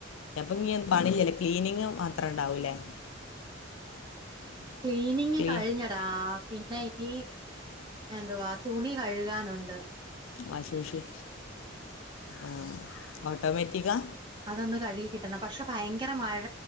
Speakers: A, on the left; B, on the right.
A: പ്പഞ്ഞ് പണില്ലലെ ക്ലീനിങ് മാത്രണ്ടാവുലേ
B: ക്ലീനിങ്
A: ക്ലീ
B: കഴിഞ്ഞ താ പിന്നെ ഇനി എന്തുവാ തുണി കഴുകാനൊണ്ട്
A: വാഷിംഗ് മഷീനിൽ ആഹ് ഓട്ടോമേറ്റിക്കാ
B: അതൊന്ന് കഴുകി കിട്ടണം പഷെ ഭയ്ങ്കര മഴ